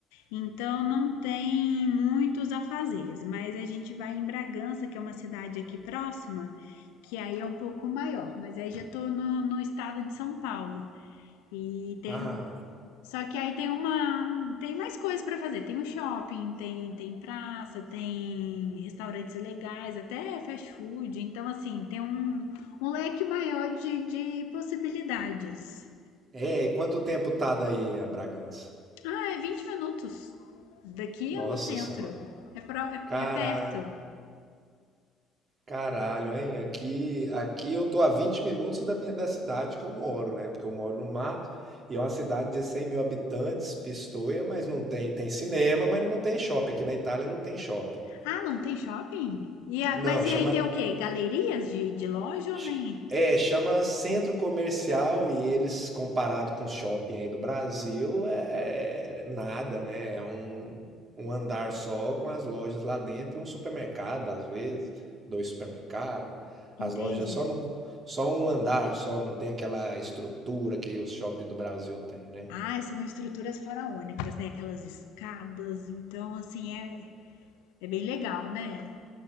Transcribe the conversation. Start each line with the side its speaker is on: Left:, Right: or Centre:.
Left: Então não tem muitos afazeres, mas a gente vai em Bragança, que é uma cidade aqui próxima, que aí é um pouco maior, mas aí já tô no no estado de São Paulo. E tem
Right: Ah,
Left: um. Só que aí tem uma. um- Tem mais coisas pra fazer. Tem um shopping, tem, tem praça, tem restaurantes legais, até fast food. Então, assim, tem um, um leque maior de, de possibilidades.
Right: é, e quanto tempo tá daí a Bragança?
Left: Ah, é 20 minutos. Daqui
Right: Nossa
Left: é no centro.
Right: Senhora.
Left: É, pro, é,
Right: Caraca.
Left: é perto.
Right: Caralho, hein? Aqui, aqui eu tô a 20 minutos da minha da cidade que eu moro, né? Porque eu moro no mato e é uma cidade de 100 mil habitantes, Pistoia, mas não tem, tem cinema, mas não tem shopping. Aqui na Itália não tem shopping.
Left: Ah, não tem shopping? E a-
Right: Não,
Left: mas e
Right: chama
Left: aí tem o quê? Galerias de, de loja
Right: Ch-
Left: ou nem?
Right: É, chama centro comercial e eles, comparado com o shopping aí do Brasil, é é nada, né? É um, um andar só com as lojas lá dentro e um supermercado, às vezes, dois supermercados. As
Left: Entende?
Right: lojas só, no, só um andar só, não tem aquela estrutura que os shoppings do Brasil têm, né?
Left: Ah, são estruturas faraônicas, né? Aquelas escadas. Então, assim, é, é bem legal, né?